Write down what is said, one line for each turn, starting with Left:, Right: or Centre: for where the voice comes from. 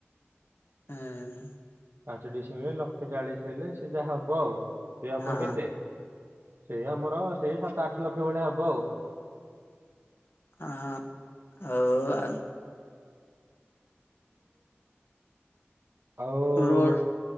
Left: <unintelligible>
Right: ପାଞ୍ଚ ଡିସିମିଲ୍ରେ ହେଲେ ଲକ୍ଷେ ଚାଳିଶ ହେଲେ ସେ ଯାହା ହବ ଆଉ ସେ ଆମର
Left: ହଁ
Right: କେତେ। ସେଇ ଆମର ସେଇ ସାତ ଆଠ ଲକ୍ଷ ଭଳିଆ ହବ ଆଉ।
Left: ଆଁ <unintelligible>
Right: ଆଉ
Left: ରୋଡ